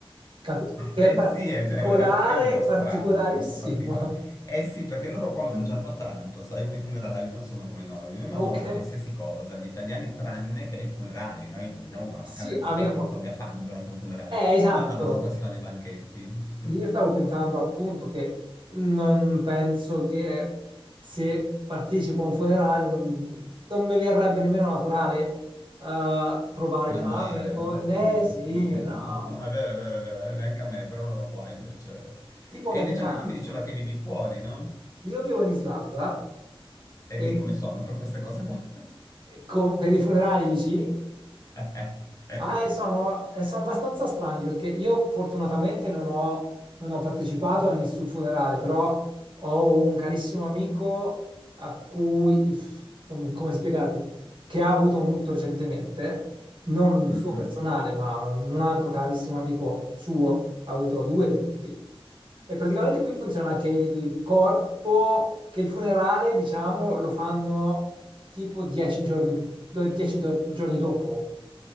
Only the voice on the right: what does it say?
Capisco che
è particolare,
particolarissimo.
<laughs>
Ok.
Sì,
a
me...
Eh, esatto.
Io stavo pensando appunto che non penso che se
partecipo a un funerale non, non mi verrebbe nemmeno naturale eh, provare
fame.
O... Eh
sì,
no.
Tipo
americano.
Io vivo in Islanda
e,
e con- per i funerali dici?
Ah, eh, sono, eh, sono abbastanza strani perché io fortunatamente non ho, non ho partecipato a nessun funerale, però ho un carissimo amico a cui, if- come, come spiegarti, che ha avuto un lutto recentemente, non il
suo personale, ma un altro carissimo amico suo ha avuto due lutti. E praticamente qui funziona che il corpo, che il funerale, diciamo, lo fanno tipo dieci giorni più, do- dieci do- giorni dopo.